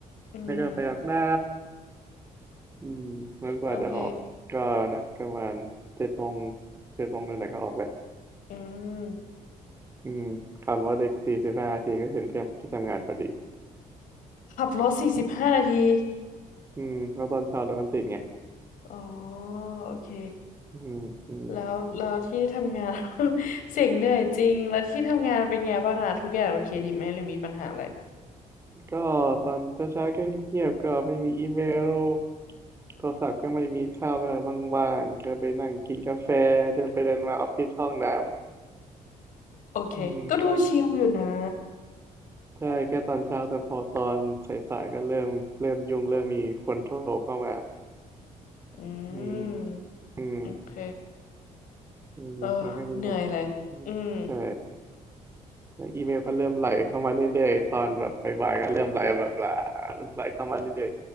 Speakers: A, on the left (about 80°); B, on the right (about 20°).
A: อืม
B: แล้วก็ไปอาบน้ำอืมแล้วกว่าจะออกก็นะประมาณเจ็ดโมง
A: โอเค
B: เจ็ดโมงนั่นแหละก็ออกแหละ
A: อืม
B: อืมขับรถอีกสี่สิบห้านาทีก็ถึงที่ที่ทำงานพอดี
A: ขับรถสี่สิบห้านาที
B: อืมก็ตอนเช้ารถมันติดไง
A: อ๋อโอเค
B: อืมอืม
A: แล้วแล้วที่ทำงาน <laughs> เสียงเหนื่อยจริงแล้วที่ทำงานเป็นไงบ้างอะทุกอย่างโอเคดีไหมหรือมีปัญหาอะไร
B: ก็ตอนเช้าเช้าก็เงียบๆก็ไม่มีอีเมล โทรศัพท์ก็ไม่มีข้าวแบบว่างๆก็ไปนั่งกินกาแฟเดินไปเดินมาออฟฟิศห้องน้
A: โอเคก็ดูชิลอยู่นะ
B: ำอืมนะใช่แค่ตอนเช้าแต่พอตอนสายๆก็เริ่มเริ่มยุ่งเริ่มมีคนโทรเข้ามา
A: อื
B: อืม
A: ม
B: อืม
A: โอเค
B: อืมแล้วก็มีมัน
A: เออเหนื่อยเลยอืม
B: อืมใช่ แล้วอีเมลก็เริ่มไหลเข้ามาเรื่อยๆตอนแบบบ่ายๆก็เริ่มไหลแบบไหลาไหลเข้ามาเรื่อย